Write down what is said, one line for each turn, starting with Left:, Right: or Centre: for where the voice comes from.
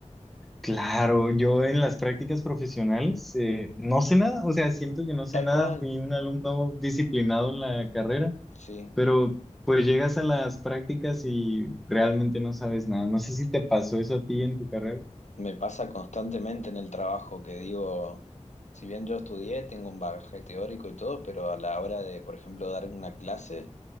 Centre: Claro, yo en las prácticas profesionales eh, no sé nada, o sea, siento que no sé
Left: Tal
Centre: nada,
Left: cual,
Centre: fui un alumno disciplinado en la carrera,
Left: sí.
Centre: pero pues llegas a las prácticas y realmente no sabes nada. No sé si te pasó eso a ti en tu carrera.
Left: Me pasa constantemente en el trabajo que digo, si bien yo estudié, tengo un bagaje teórico y todo, pero a la hora de, por ejemplo, dar una clase,